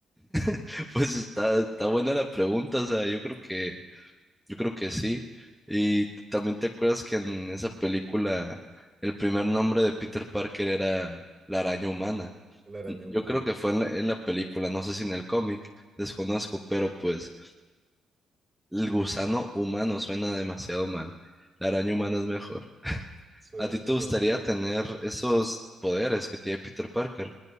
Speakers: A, in the centre; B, on the right.
A: <laughs> Pues está, está buena la pregunta, o sea, yo creo que, yo creo que sí. Y t- también te acuerdas que en esa película el primer nombre de Peter Parker era la araña humana.
B: La araña
A: N-
B: humana.
A: Yo creo que fue en la, en la película, no sé si en el cómic, desconozco, pero pues el gusano humano suena demasiado mal. La araña humana es mejor.
B: Suena
A: ¿A ti
B: cuando...
A: te gustaría tener esos poderes que tiene Peter Parker?